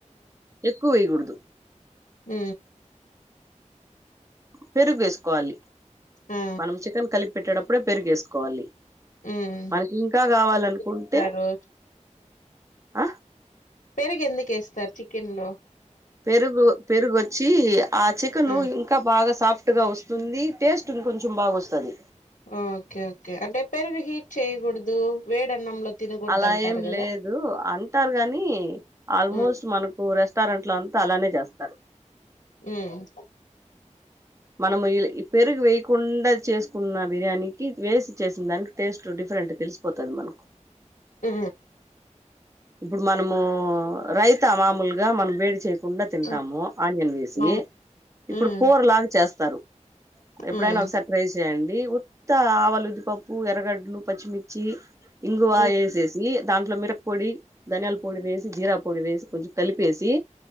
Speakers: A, on the right; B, on the left.
A: ఎక్కువ వకూడదు
B: హ
A: పెరుగు వేసుకోవాలి
B: ఆ!
A: మనం చికెన్ కలిపి పెట్టేటప్పుడే పెరుగు వేసుకోవాలి
B: హ్మ్.
A: మనకి ఇంకా కావాలనుకుంటే
B: పెరిగేస్తారు
A: ఆ
B: పెరుగ ఎందుకుేస్తారు చికెన్ లో
A: పెరుగు పెరుగుొచ్చి ఆ చికెన్
B: ఆ!
A: ఇంకా బాగా సాఫ్ట్ గా వస్తు ంది టేస్ట్ ఇంకొంచెం బాగా వస్తుంది
B: ఓకే ఓకే అంటే పెరుగు హీట్ చేయ్యకూడదు వేడన్నంలో తినగూడదంటారు
A: అలా ఏం
B: గదా!
A: లేదు అంటారు కాగాని
B: హ్మ్.
A: ఆల్మోస్ట్ మనకు రెస్ట్ రెస్టారెంట్ల అంతా అలానే చేస్తారు
B: హ్మ్మ్
A: మనం పెరుగు వేయకుండా చేసుకున్న బిర్యానీ వేసి చేసిన దానికి టేస్ట్ డిఫరెంట్ తెలిసిపోతుది మనకు
B: ఆ
A: ఇప్పుడు మనము రైత మామూలుగా మనం వేడి చేసి కుడా తింటాము
B: ఆ!
A: ఆనియన్ వేసి
B: అవును.
A: ఇప్పుడు
B: హ్మ్.
A: కూర లాగా చేస్తారు ఎప్పుడైనా
B: హ్మ్.
A: ఒకసారి ట్రై చెయండి ఉత్త ఆవలు విద్దిపప్పు ఎర్రగడ్లు పచ్చిమిర్చి ఇంగువ
B: హ్మ్.
A: వేసేసి దాంట్లో మిరక్ పొడి ధనియాల పొడి వేసి జీరా పొడి వేసి కొంచెం కలిపేసి